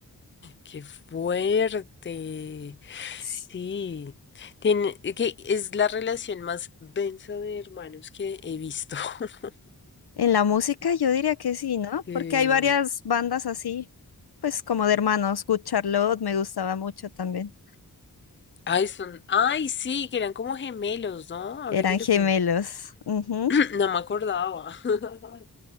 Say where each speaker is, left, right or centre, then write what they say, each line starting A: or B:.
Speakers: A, on the left; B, on the left.
A: Qué fuerte.
B: Sí.
A: Sí. Tiene, eh, que es la relación más densa de hermanos que he visto. <laughs>
B: En la música yo diría que sí, ¿no?
A: Sí.
B: Porque hay varias bandas así, pues como de hermanos. Good Charlotte me gustaba mucho también.
A: Ay, son, ay, sí, que eran como gemelos, ¿no? Ahora
B: Eran
A: que lo
B: gemelos.
A: pienso.
B: Ujú.
A: <clears throat> No me acordaba. <laughs>